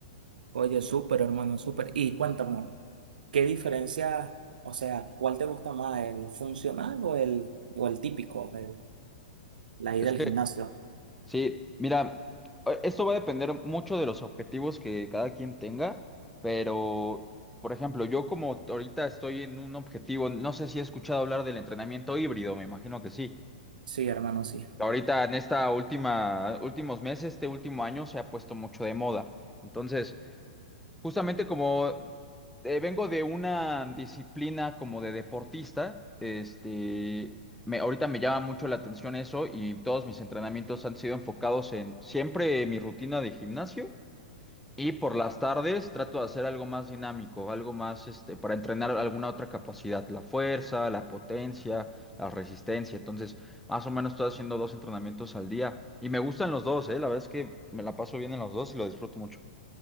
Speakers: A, on the right (about 85°); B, in the centre.
A: Oye, súper, hermano, súper. Y cuéntame, ¿qué diferencia, o sea, cuál te gusta más, el funcional o el, o el típico, el- la ida
B: Es
A: al
B: que
A: gimnasio?
B: Sí, mira, eh, esto va a depender mucho de los objetivos que cada quien tenga, pero, por ejemplo, yo como ahorita estoy en un objetivo, no sé si he escuchado hablar del entrenamiento híbrido, me imagino que sí.
A: Sí, hermano, sí.
B: Ahorita en esta última, últimos meses, este último año se ha puesto mucho de moda. Entonces, Justamente como eh, vengo de una disciplina como de deportista, este, me, ahorita me llama mucho la atención eso y todos mis entrenamientos han sido enfocados en siempre mi rutina de gimnasio y por las tardes trato de hacer algo más dinámico, algo más este, para entrenar alguna otra capacidad, la fuerza, la potencia, la resistencia. Entonces, más o menos estoy haciendo dos entrenamientos al día y me gustan los dos, eh, la verdad es que me la paso bien en los dos y lo disfruto mucho.